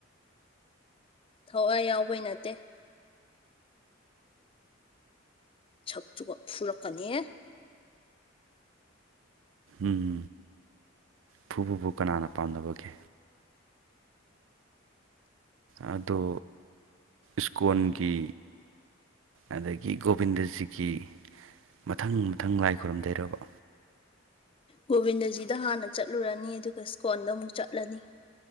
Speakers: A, on the left (about 25°); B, on the right (about 70°).
A: ꯊꯋꯥꯏ ꯌꯥꯎꯕꯩ ꯅꯠꯇꯦ ꯁꯛ ꯆꯨꯕ ꯐꯨꯔꯛꯀꯅꯤ
B: ꯎꯝ ꯐꯨ ꯐꯨꯕꯨꯨ ꯀꯅꯥꯅ ꯄꯥꯝꯅꯕꯒꯦ ꯑꯣ ꯁꯀꯣꯟꯒꯤ ꯑꯗꯒꯤ ꯒꯣꯕꯤꯟꯗꯖꯤꯒꯤ ꯃꯊꯪ ꯃꯊꯪ ꯂꯥꯏ ꯈꯨꯔꯨꯝꯗꯩꯔꯔꯕ
A: ꯒꯣꯕꯤꯟꯗꯖꯤꯗ ꯍꯥꯟꯅ ꯆꯠꯂꯨꯔꯅꯤ ꯑꯗꯨꯒ ꯁ꯭ꯀꯣꯟꯜꯗ ꯑꯃꯨꯛ ꯆꯠꯂꯅꯤ